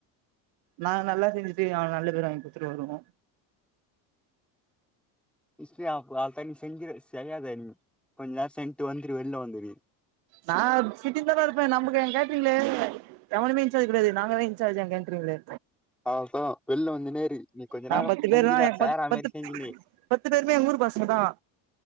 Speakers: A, on the right; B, in the centre.
A: நாங்க நல்லா செஞ்சுட்டு அவே நல்ல பேரு வாங்கிட்டு <unintelligible> வருவோ
B: <unintelligible> செஞ்சு சரியாத நீ கொஞ்ச சென் ட்டு வந்துரு வெள்ல வந்துரு
A: நா சிட்டில தான்னாருப்பே நம்க்கு என் கேட்ரிங்ளே எவனுமே இன்சார்ஜ் கெடையாது நாங்க தா இன்சார்ஜ் என் கேட்ரிங்களே
B: அதான் வெளில வந்து நேரு நீ கொஞ்ச
A: நா
B: நேரம்
A: பத்து
B: செஞ்சுடா
A: பேரு தா
B: சேரா
A: ப பத்து
B: மாதிரி செஞ்சுனே
A: பத்து பேருமே எங்க ஊரு பசங்க தா